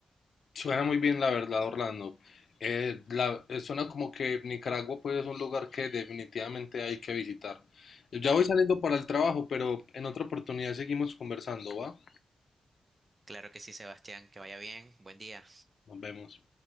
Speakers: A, on the left; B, on the right.
A: Suena muy bien, la verdad, Orlando. Eh, la- eh, suena como que Nicaragua pues es un lugar que definitivamente hay que visitar. Ya voy saliendo para el trabajo, pero en otra oportunidad seguimos conversando, ¿va?
B: Claro que sí, Sebastián, que vaya bien, buen día.
A: Nos vemos.